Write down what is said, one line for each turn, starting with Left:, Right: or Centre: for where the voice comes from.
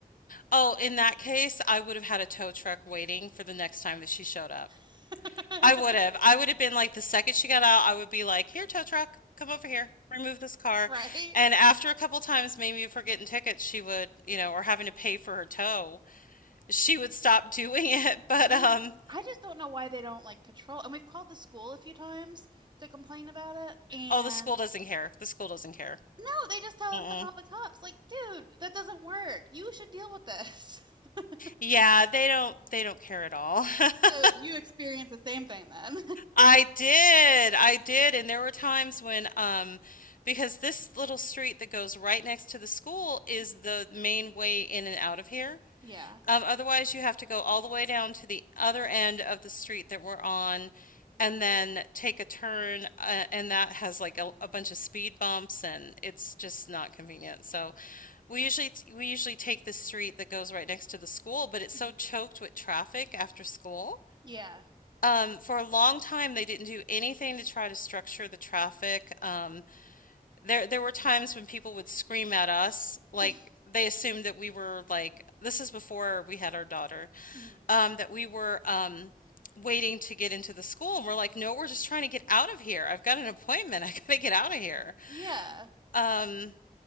Left: Oh, in that case, I would have had a tow truck waiting for the next time that she showed up.
Right: <laughs>
Left: I would have. I would have been like, the second she got out, I would be like, here, tow truck, come over here, remove this car.
Right: Right?
Left: And after a couple times, maybe if we're getting tickets, she would, you know, or having to pay for her tow, she would stop doing <laughs> it, but,
Right: Maybe.
Left: um
Right: I just don't know why they don't like patrol. And we've called the school a few times to complain about it, and
Left: oh, the school doesn't care. The school doesn't care.
Right: no, they just tell
Left: Mm-mm.
Right: us to call the cops. Like, dude, that doesn't work. You should deal with this. <laughs>
Left: Yeah, they don't they don't care at all. <laughs>
Right: So you experience the same thing then.
Left: I did. I did, and there were times when um because this little street that goes right next to the school is
Right: <laughs>
Left: the main way in and out of here.
Right: Yeah.
Left: Um, otherwise you have to go all the way down to the other end of the street that we're on and then take a turn uh, and that has like a, a bunch of speed bumps and it's just not convenient. So We usually t- we usually take the street that goes right next to the school, but it's
Right: Mhm.
Left: so choked with traffic after school.
Right: Yeah.
Left: Um, for a long time, they didn't do anything to try to structure the traffic. Um, there there were times when people would scream at us, like
Right: <laughs>
Left: they assumed that we were like this is before we had our daughter,
Right: Mhm.
Left: um, that we were um, waiting to get into the school, and we're like, no, we're just trying to get out of here. I've got an appointment. <laughs> I gotta get out of here.
Right: Yeah.
Left: Um,